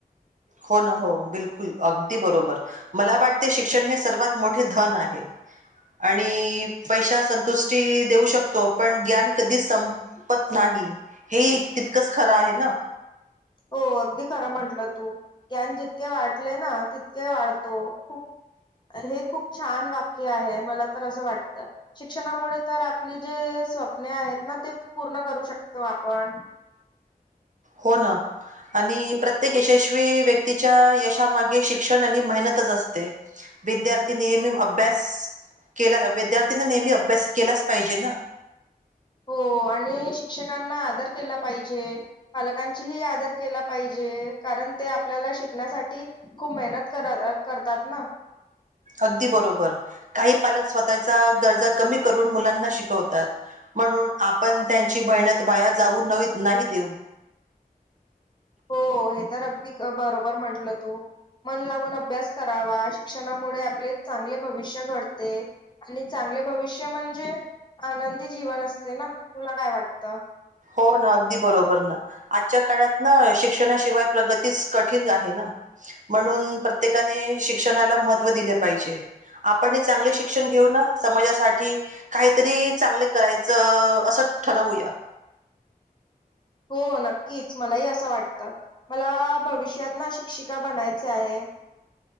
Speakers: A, on the right; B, on the left.
A: हो ना हो बिलकुल अगदी बरोबर मला वाटते शिक्षण हे सर्वात मोठे धन आहे <inaudible> आणि पैश्या संतुष्टी देऊ शकतो पण घ्यान कधीच संपत नाही हे ही तितकंच खरं आहे ना
B: <inaudible> हो अगदी खरं म्हंटलं तू घ्यान जितके वाटले ना तितके वाढतो खूप हे खूप छान वाक्य आहे मला तर असं वाटत शिक्षणामुळे तर आपली जे स्वप्ने आहेत ना ते पूर्ण करू शकतो आपण
A: हो ना आणि प्रत्येक यशस्वी व्यक्तीच्या यशामागे शिक्षण आणि मेहनतच असते विद्यार्थी नियमेम अभ्यास केल अ विद्यार्थीनी नेहमी अभ्यास केलाच पाहिजे ना
B: हो पोरांनी शिक्षकांना आदर केला पाहिजे पालकांची ही आदर केला पाहिजे कारण ते आपल्याला शिकण्यासाठी खूप मेहनत <inaudible> कर करतात ना
A: अगदी बरोबर काही पालक स्वतःच्या गरजा कमी करून मुलांना शिकवतात म्हणून आपण त्यांची मेहनत वाया जाऊ नवी नाही देऊ
B: हो हे तर अगदी बरोबर म्हंटलं तु मन लावून अभ्यास करावा शिक्षणामुळे आपले चांगले भविष्य घडते आणि चांग आपले भविष्य म्हणजे आनंदी जीवन असते ना तुला काय वाटत
A: हो ना अगदी बरोबर ना आजच्या काळात ना शिक्षणाशिवाय प्रगतीच कठीण झाली ना म्हणून प्रत्येकाने शिक्षणाला महत्त्व दिले पाहिजे आपणही चांगले शिक्षण घेऊ ना समाजासाठी काही तरी चांगले करायचं असं ठरवूया
B: हो नक्कीच मला ही असं वाटतं मला भविष्यात ना शिक्षिका बनायचे आहे <inaudible>